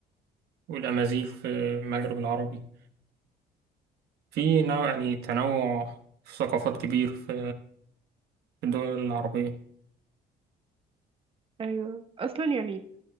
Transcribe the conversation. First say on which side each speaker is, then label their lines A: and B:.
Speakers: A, on the right (about 70°); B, on the right (about 30°).
A: والأمازيغ في المغرب العربي في نوع يعني تنوع في ثقافات كبير في في الدول العربية
B: ايوه اصلا يعني